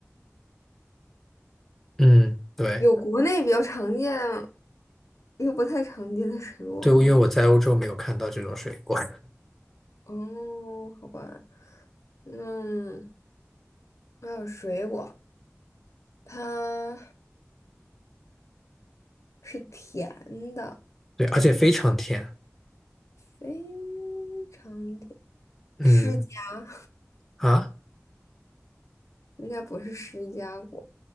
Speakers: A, in the centre; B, on the left.
A: 嗯，对。
B: 有国内比较常见，又不太常见的水果吗？
A: 对，因为我在欧洲没有看到这种水果，
B: 哦，好吧，那还有水果，它是甜的，
A: <laughs> 对，而且非常甜。
B: 非常甜。
A: 嗯，
B: 释迦
A: 啊，
B: 应该不是释迦果，